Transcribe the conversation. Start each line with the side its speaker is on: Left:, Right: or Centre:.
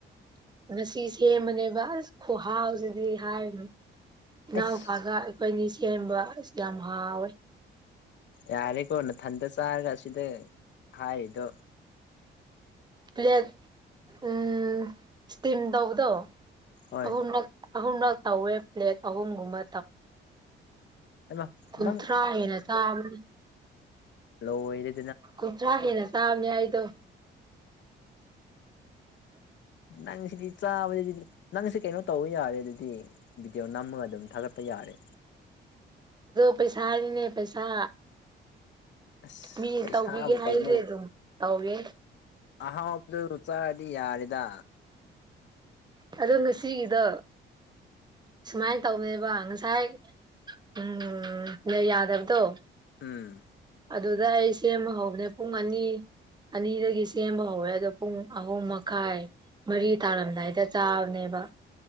Right: ꯉꯁꯤ ꯁꯦꯝꯕꯅꯦꯕ ꯑꯁ ꯈꯍꯥꯎꯁꯤꯗꯤ ꯍꯥꯏꯔꯤꯅꯨ ꯏꯅꯥꯎꯄꯥꯒ
Left: ꯑꯩꯁ
Right: ꯑꯩꯈꯣꯏ ꯑꯅꯤ ꯁꯦꯝꯕ ꯌꯥꯝ ꯍꯥꯎꯋꯦ
Left: ꯌꯥꯔꯦꯀꯣ ꯅꯊꯟꯗ ꯆꯥꯔꯒ ꯑꯁꯤꯗ ꯍꯥꯏꯗꯣ
Right: ꯄ꯭ꯂꯦꯠ ꯎꯝ ꯏꯁꯇꯤꯝ ꯇꯧꯕꯗꯣ
Left: ꯍꯣꯏ
Right: ꯑꯍꯨꯝꯂꯛ ꯑꯍꯨꯝꯂꯛ ꯇꯧꯋꯦ ꯄ꯭ꯂꯦꯦꯛ ꯑꯍꯨꯝꯒꯨꯝꯕ
Left: ꯍꯥꯏꯃ
Right: ꯀꯨꯟꯊ꯭ꯔꯥ
Left: ꯅꯪ
Right: ꯍꯦꯟꯅ ꯇꯥꯕꯅꯦ
Left: ꯂꯗꯤ
Right: ꯀꯨꯟꯊ꯭ꯔꯥ ꯍꯦꯟꯅ ꯆꯥꯕꯅꯦ ꯑꯩꯗꯣ
Left: ꯅꯪꯁꯤꯗꯤ ꯆꯥꯕꯗꯗꯤ ꯅꯪꯁꯦ ꯀꯩꯅꯣ ꯇꯧꯕ ꯌꯥꯔꯦ ꯑꯗꯨꯗꯤ ꯚꯤꯗꯤꯑꯣ ꯅꯝꯃꯒ ꯑꯗꯨꯝ ꯊꯥꯒꯠ ꯄ ꯌꯥꯔꯦ
Right: ꯄꯩꯁꯥ ꯍꯥꯏꯔꯤꯅꯦ ꯄꯩꯁꯥ
Left: ꯑꯁ
Right: ꯃꯤ
Left: ꯄꯩꯁꯥꯕꯨ
Right: ꯇꯧꯕꯤꯒꯦ ꯍꯥꯏꯔꯗꯤ
Left: ꯀꯩꯩꯅꯣ
Right: ꯑꯗꯨꯝ ꯇꯧꯒꯦ
Left: ꯑꯍꯥꯎꯗꯨ ꯆꯔꯗꯤ ꯌꯥꯔꯦꯗ
Right: ꯑꯗꯣ ꯉꯁꯤꯒꯤꯗꯣ ꯁꯨꯃꯥꯏꯅ ꯇꯧꯅꯦꯕ ꯉꯁꯥꯏ ꯎ ꯌꯥꯗꯕꯗꯣ
Left: ꯎꯝ
Right: ꯑꯗꯨꯗ ꯑꯩ ꯁꯦꯝꯃꯍꯧꯕꯅꯦ ꯄꯨꯡ ꯑꯅꯤ ꯑꯅꯤꯗꯒꯤ ꯁꯦꯝꯕ ꯍꯧꯋꯦ ꯑꯗꯣ ꯄꯨꯡ ꯑꯍꯨꯝ ꯃꯈꯥꯏ ꯃꯔꯤ ꯇꯥꯔꯝꯗꯥꯏꯗ ꯆꯥꯕꯅꯦꯕ